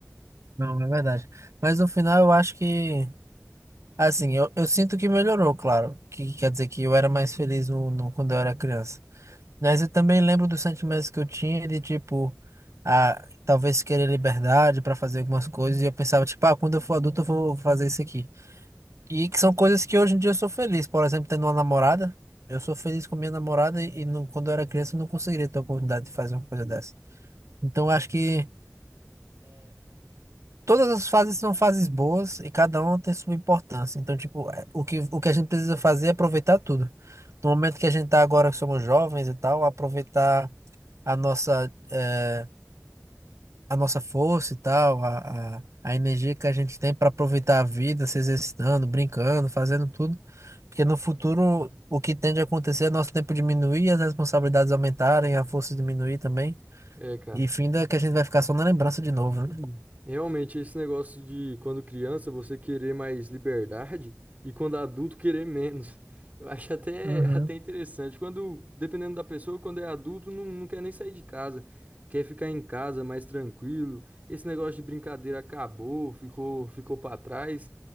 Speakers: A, on the right; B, on the right.
A: Não, é verdade. Mas no final eu acho que, assim, eu, eu sinto que melhorou, claro. Que quer dizer que eu era mais feliz no, no- quando eu era criança. Mas eu também lembro dos sentimentos que eu tinha de, tipo, a, talvez querer liberdade para fazer algumas coisas. E eu pensava, tipo, ah, quando eu for adulto eu vou fazer isso aqui. E que são coisas que hoje em dia eu sou feliz. Por exemplo, tendo uma namorada. Eu sou feliz com minha namorada e, e não- quando eu era criança eu não conseguiria ter a oportunidade de fazer uma coisa dessa. Então eu acho que todas as fases são fases boas e cada uma tem sua importância. Então, tipo, é, o que, o que a gente precisa fazer é aproveitar tudo. No momento que a gente tá agora que somos jovens e tal, aproveitar a nossa eh, a nossa força e tal, a, a, a energia que a gente tem para aproveitar a vida, se exercitando, brincando, fazendo tudo. Porque no futuro, o que tende a acontecer é nosso tempo diminuir, as responsabilidades aumentarem, a força diminuir também.
B: É, cara.
A: E finda que a gente vai ficar só na lembrança de novo,
B: Uhum.
A: né?
B: Realmente, esse negócio de quando criança você querer mais liberdade e quando adulto querer menos. <laughs> Eu acho até,
A: Uhum.
B: <laughs> até interessante. Quando, dependendo da pessoa, quando é adulto, não, não quer nem sair de casa. Quer ficar em casa mais tranquilo. Esse negócio de brincadeira acabou, ficou, ficou para trás.